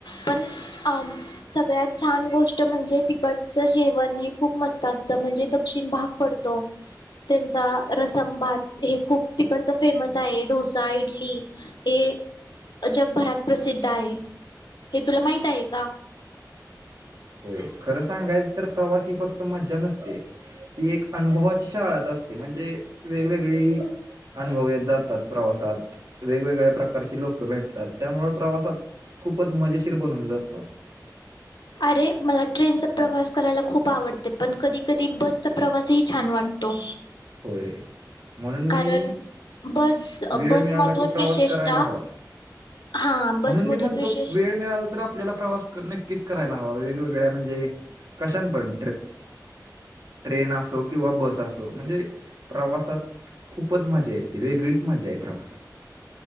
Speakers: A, on the left (about 80°); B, on the right (about 55°).
A: पण अ सगळ्यात छान गोष्ट म्हणजे तिकडचं जेवण हे खूप मस्त असतं म्हणजे दक्षिण भाग पडतो, त्यांचा रसम भात हे खूप तिकडच फेमस आहे डोसा, इडली हे जगभरात प्रसिद्ध आहे. हे तुला माहित आहे का?
B: होय खरं सांगायच तर प्रवास ही फक्त मज्जा नसते, ती एक अनुभवाची शाळाचा असत ते म्हणजे वेगवेगळी अनुभव येत जातात प्रवासात वेगवेगळ्या प्रकारचे लोक भेटतात, त्यामुळे प्रवासात खूपच मजेशीर बनून जातो.
A: ते मला ट्रेनचा प्रवास करायला खूप आवडते, पण कधी कधी बसचा प्रवासही छान वाटतो.
B: होय म्हणून
A: कारण
B: मी
A: बस
B: वेळ
A: बसमधून
B: मिळाला की प्रवास
A: विशेषतः
B: करायला हवाच
A: हा
B: म्हणून
A: बसमधून
B: मी म्हणतो
A: विशेष
B: वेळ मिळाला तर आपल्याला प्रवास नक्कीच करायला हवा वेगवेग वेळ्या म्हणजे कशान पण ट्रेन असो किंवा बस असो म्हणजे प्रवासात खूपच मजा येते वेगळीच मजा आहे प्रवासात